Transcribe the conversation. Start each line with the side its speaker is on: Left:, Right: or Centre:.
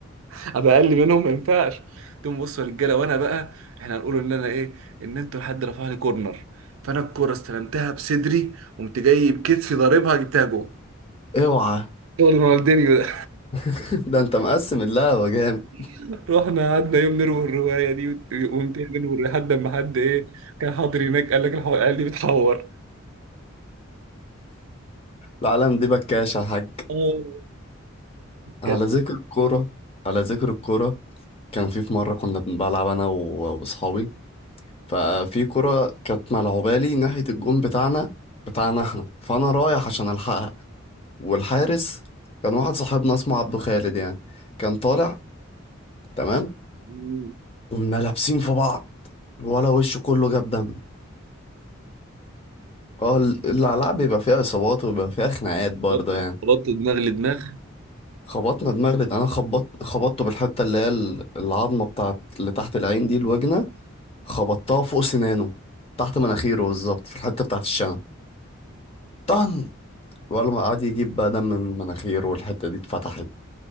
Right: ابقى اقل منهم ما ينفعش تقوم بص يا رجاله وانا بقى احنا هنقول ان انا ايه ان انتوا حد رفع لي كورنر فانا الكوره استلمتها بصدري قمت جاي بكتفي ضاربها جبتها جول
Left: اوعى
Right: شغل رونالدينيو ده
Left: <laughs> ده انت مقسم اللعبة جامد
Right: <laughs> رحنا قعدنا يوم نروي الروايه دي وت- وقمت نروي لحد ما حد ايه كان حاضر هناك قال لك الحو... قال لي بتحور
Left: العالم دي بكاشة يا حاج
Right: آه،
Left: على
Right: كانت
Left: ذكر الكورة على ذكر الكورة كان في في مرة كنا بنلعب أنا و- وأصحابي ففي كرة كانت ملعوبة لي ناحية الجون بتاعنا بتاعنا احنا فأنا رايح عشان ألحقها والحارس كان واحد صاحبنا اسمه عبده خالد يعني كان طالع تمام
Right: مم،
Left: قمنا لابسين في بعض الولا وشه كله جاب دم اه ال- العلاقة بيبقى فيها إصابات وبيبقى فيها خناقات برضه
Right: بط
Left: يعني
Right: بط دماغ لدماغ
Left: خبطنا دماغ ده أنا خبطت خبطته بالحتة اللي هي ال- العظمة بتاعت اللي تحت العين دي الوجنة خبطتها فوق سنانه تحت مناخيره بالظبط في الحتة بتاعت الشنب طن ولا ما قعد يجيب بقى دم من مناخيره والحتة دي اتفتحت